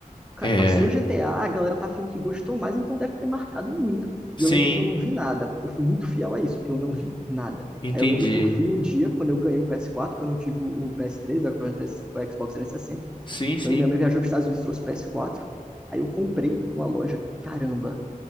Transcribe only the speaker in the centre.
Ca-
Passou GTA, a a galera tá falando que gostou mais, então deve ter marcado muito.
E eu lembro que eu não vi nada. Eu fui muito fiel a isso. Eu não vi nada.
Aí eu lembro que eu fui um dia, quando eu ganhei o PS4, que eu não tive o o PS3, o Xbox 360, o Xbox 360,
eu minha mãe viajou para os Estados Unidos e trouxe PS4. Aí eu comprei numa loja. Caramba,